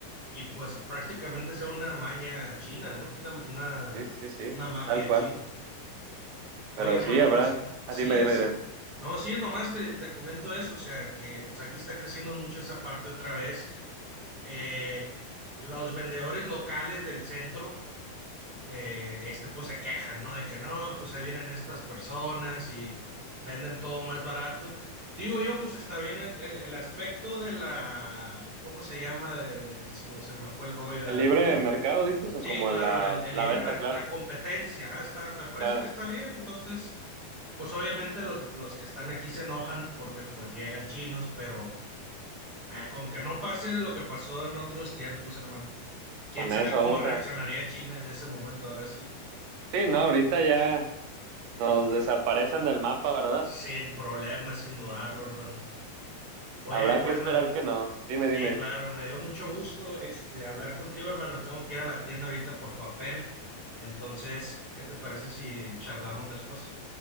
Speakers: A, on the right; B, on the right.
A: y pues prácticamente sea una maña china, ¿no? Una, una,
B: Sí, sí, sí,
A: una mafia
B: tal cual.
A: china. Oye,
B: Pero
A: hermano,
B: sí habrá.
A: pues eh, sí,
B: Ah, dime,
A: es,
B: dime, dime.
A: no, sí, nomás te, te comento eso, o sea, que pues aquí está creciendo mucho esa parte otra vez. Eh, los vendedores locales del centro, eh, este, pues se quejan, ¿no? De que no, pues ahí vienen estas personas y venden todo más barato. Digo yo, pues está bien el, el- el aspecto de la, ¿cómo se llama? De, de- se me, se me fue el rollo
B: ¿El
A: de la
B: libre
A: palabra.
B: mercado dices
A: Sí,
B: o como
A: claro,
B: la,
A: el, el
B: la
A: libre
B: venta?
A: merc-
B: Claro,
A: la competencia, ajá, está, me parece
B: claro.
A: que está bien, entonces. Pues obviamente los, los que están aquí se enojan porque pues llegan chinos, pero ah, con que no pase lo que pasó en otros tiempos, hermano. ¿Quién
B: Con
A: sabe
B: eso
A: cómo
B: vamos
A: reaccionaría
B: a...
A: China en ese momento? Ahora sí,
B: Sí, no, ahorita ya nos desaparecen del mapa, ¿verdad?
A: sin problemas, sin dudarlo, hermano. Oye,
B: Habrá
A: pues
B: que esperar
A: me-
B: que no. Dime,
A: sí,
B: dime.
A: claro, me dio mucho gusto este hablar contigo, hermano. Tengo que ir a la tienda ahorita por papel. Entonces, ¿qué te parece si charlamos después?